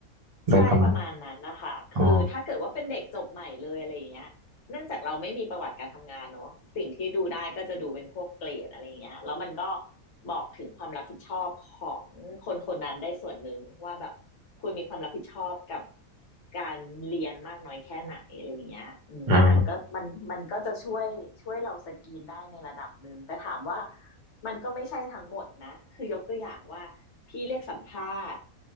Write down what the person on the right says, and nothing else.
โดยประมาณ
อ๋อ
อ่า